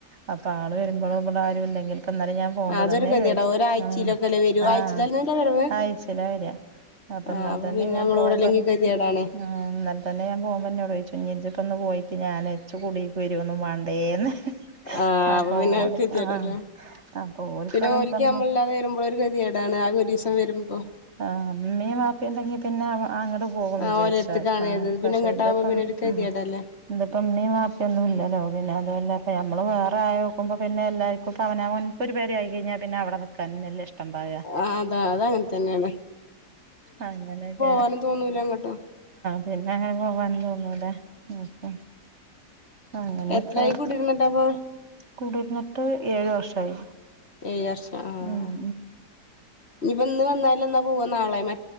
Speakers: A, on the right; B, on the left.
A: അതാള് വരുമ്പളും ഇബടെ ആരും ഇല്ലെങ്കിൽ ഇപ്പന്നലെ ഞാൻ പോവുമ്പോ
B: ആഹ് അതൊരു
A: തന്നെ
B: ഗതികേടാ
A: ചോയ്ച്ച്
B: ഒരാഴ്ചയിലൊക്കെല്ലേ
A: ആഹ്
B: വരൂ
A: ആഹ്
B: ആഴ്ചയിലന്നല്ലേ വരവ്
A: ആയ്ച്ചേലാ വെരാ. അപ്പൊ
B: ആഹ്
A: ഇന്നൽതന്നെ
B: പിന്നെ
A: ഞാൻ
B: നമ്മള്
A: പോവുമ്പൊൻ
B: ഇവിടെല്ലെങ്കി ഗതികേടാണ്
A: ഞാ എന്നൽ തന്നെ ഞാൻ പോവുമ്പന്നോടോയ്ച്ചു ഇഞ്ഞി ജ്ജ് ഇപ്പന്ന് പോയി ട്ട് ഞാനേ ഇച്ച് കുടീക്ക് വരൊന്നും വാണ്ടേന്ന്.
B: ആഹ്
A: അപ്പൊ
B: അപ്പ പിന്നെ
A: ഓല്
B: അത് കതിയേടല്ലേ.
A: ആ അപ്പൊ ഓൽക്കാണെങ്കി
B: പിന്നെ ഓൽക്
A: പറഞ്ഞ്
B: നമ്മളില്ലാതെ വരുമ്പൊളും ഒരു ഗതികേടാണ് ആകെ ഒരീസം വരുമ്പോ
A: ആഹ് ഇമ്മീം വാപ്പിണ്ടെങ്കി പിന്നെ ആവാ അങ്ങട്ട് പോകും
B: ആഹ്
A: വിചാരിച്ചാ
B: ഓലെടുത്ത്ക്കാണേത്
A: ആഹ് പക്ഷെ
B: പിന്നെ ഇങ്ങട്ടാവുമ്പോ
A: ഇതിപ്പം
B: പിന്നെ ഒരു ഗതികേടല്ലേ
A: ഉം ഇത്പ്പ ഇമ്മിം വാപ്പി ഒന്നുല്ലലോ പിന്നെ അതുവല്ല ഇപ്പ ഞമ്മള് വേ റായോക്കുമ്പോ പിന്നെ എല്ലാര്ക്കും ഇപ്പ അവനാ ഓൻക്കൊരു പെരായി കയ്ഞാ പിന്നെ അവടെനിക്കാനെന്നല്ലേഷ്ട്ടണ്ടാവാ
B: ആഹ് അതാ അതങ്ങനെ തന്നെയാണ്
A: അങ്ങനെക്കെ
B: ക്കാനും തോന്നൂല്ല ങ്ങട്ടും
A: പിന്നെ ങ്ങനെ പോവാ നും തോന്നൂല. ന്ന്ട്ട് അങ്ങനൊക്കയ്
B: എത്രായി കുടിരുന്നിട്ടപ്പൊ
A: കുടിര്ന്ന് എ ഏഴ് വർഷായി.
B: ഏഴ് വർഷം ആഹ്
A: ഉം
B: ഞ്പ്പന്ന് വന്നാലെന്നപോവ നാളെ മ